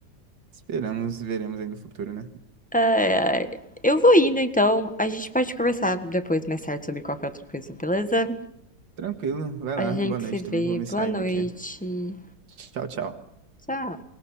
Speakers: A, on the right; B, in the centre.
A: Esperamos, veremos aí no futuro, né?
B: Ai, ai. Eu vou indo então, a gente pode conversar depois, mais tarde, sobre qualquer outra coisa, beleza?
A: Tranquilo, vai
B: A
A: lá.
B: gente
A: Boa noite,
B: se vê,
A: também vou me saindo
B: boa noite,
A: aqui. Tchau, tchau.
B: tchau.